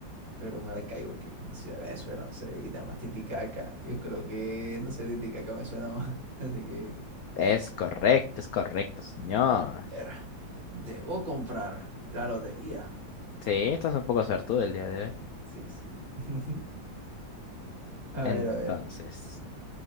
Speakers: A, on the right; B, on the left.
A: Pero Maracaibo creo que es una ciudad de Venezuela, no sé, y además Titicaca. Yo creo que, no sé, Titicaca me suena más. <laughs> Así que,
B: Es correcto, es correcto, señor.
A: joder, debo comprar la lotería.
B: Sí, estás un poco suertudo el día de hoy.
A: Sí, sí. <laughs> A
B: Entonces,
A: ver, a ver.